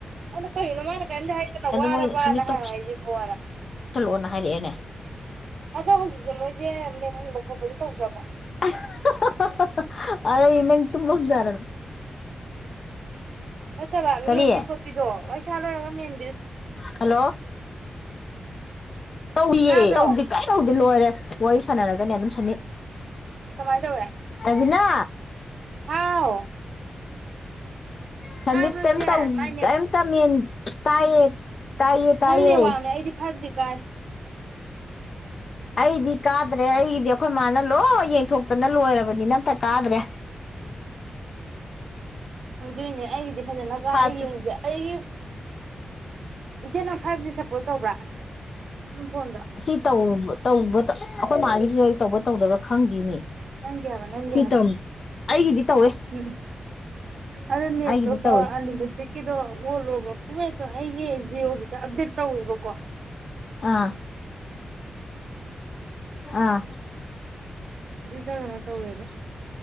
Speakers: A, on the right (about 65°); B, on the left (about 45°).
A: ꯑꯩꯅ ꯀꯩꯅꯣ ꯃꯥꯅ ꯀꯔꯤꯝꯇ ꯍꯥꯏꯗꯅ ꯋꯥꯔꯕꯅ
B: ꯃꯣꯏꯅ ꯁꯝꯃꯤꯠ ꯇꯧ
A: ꯍꯪꯉꯛꯏꯁꯤꯕꯣꯅ
B: ꯁꯜꯂꯛꯑꯣꯅ ꯍꯥꯏꯔꯛꯑꯦꯅꯦ
A: ꯑꯗꯣ ꯍꯧꯖꯤꯛꯁꯦ ꯃꯣꯏꯁꯦ ꯃꯦꯟꯍꯟꯕ ꯈꯣꯠꯄꯗꯣ ꯇꯧꯗ꯭ꯔꯕꯣ
B: ꯍꯥ ꯍꯥ ꯍꯥ ꯑꯗ ꯏꯅꯪ ꯇꯨꯝꯃ ꯖꯠꯔꯅ
A: ꯅꯠꯇꯦꯕ
B: ꯀꯔꯤ
A: ꯃꯦꯟꯕꯤ ꯈꯣꯠꯄꯤꯗꯣ ꯋꯥ ꯂꯣꯏꯔꯒ ꯃꯦꯟ
B: ꯍꯜꯂꯣ ꯇꯧꯌꯦ
A: ꯇꯥꯕ꯭ꯔꯣ
B: ꯇꯧꯗꯦ ꯀꯥꯏꯝ ꯇꯧꯗꯦ ꯂꯣꯏꯔꯦ ꯋꯥꯔꯤ ꯐꯅꯔꯒꯅꯦ ꯑꯗꯨꯝ ꯁꯝꯃꯤꯠ
A: ꯀꯃꯥꯏ ꯇꯧꯋꯦ
B: ꯕꯤꯅꯥ
A: ꯍꯥꯎ
B: ꯁꯝꯃꯤꯠ
A: ꯇꯥꯕ꯭ꯔꯣ
B: ꯀꯥꯏꯝ
A: ꯏꯆꯦ
B: ꯇꯧ
A: ꯃꯥꯏ
B: ꯀꯥꯏꯝꯇ ꯃꯦꯟ ꯇꯥꯏꯌꯦ ꯇꯥꯏꯌꯦ ꯇꯥꯏꯌꯦ
A: ꯅꯪꯅꯦꯠꯋꯥꯛꯅꯦ ꯑꯩꯗꯤ ꯐꯥꯏꯕꯁ ꯖꯤ ꯀꯥꯏ
B: ꯑꯩꯗꯤ ꯀꯥꯗ꯭ꯔꯦ ꯑꯩꯒꯤꯗꯤ ꯑꯩꯈꯣꯏ ꯃꯥꯅ ꯂꯣꯏ ꯌꯦꯡꯊꯣꯛꯇꯅ ꯂꯣꯏꯔꯕꯅꯤꯅ ꯑꯝꯇ ꯀꯥꯗ꯭ꯔꯦ
A: ꯑꯗꯨꯢꯅꯦ ꯑꯩꯒꯤꯗꯤ ꯐꯖꯅꯒ
B: ꯐꯥꯏꯚꯁꯨ
A: ꯑꯩ ꯌꯦꯡꯗꯦ ꯑꯩ ꯏꯆꯦ ꯅ ꯐꯥꯏꯚꯖꯤ ꯁꯞꯄꯣꯔꯠ ꯇꯧꯕ꯭ꯔꯥ ꯅꯪ ꯐꯣꯟꯗꯣ
B: ꯁꯤ ꯇꯧꯕ ꯇꯧꯕ ꯑꯩꯈꯣꯏ ꯃꯥꯒꯤꯗꯤ ꯑꯩ ꯇꯧꯕ ꯇꯧꯗꯕ ꯈꯪꯗꯦꯅꯦ
A: ꯅꯪꯒꯤ ꯍꯥꯏꯕ ꯅꯪꯒꯤ
B: ꯁꯤ
A: ꯍꯥꯢꯕ
B: ꯇꯝ ꯑꯩꯒꯤꯗꯤ ꯇꯧꯋꯦ
A: ꯎꯝ ꯑꯗꯨ ꯅꯦꯠꯇꯣ
B: ꯑꯩꯒꯤꯗꯤ
A: ꯈꯑꯥ
B: ꯇꯧꯋꯦ
A: ꯑꯟꯂꯤꯃꯤꯇꯤ ꯀꯤꯗꯣ ꯑꯣꯜꯂꯣꯕ ꯄꯨꯝꯃꯦꯠꯇꯣ ꯑꯩꯒꯤ ꯖꯤꯑꯣꯒꯤꯗꯣ ꯑꯞꯗꯦꯠ ꯀꯧꯑꯦꯕ ꯀꯣ
B: ꯑꯥ ꯑꯥ
A: ꯁꯤꯗ ꯀꯦꯅꯣ ꯇꯧꯔꯦꯕ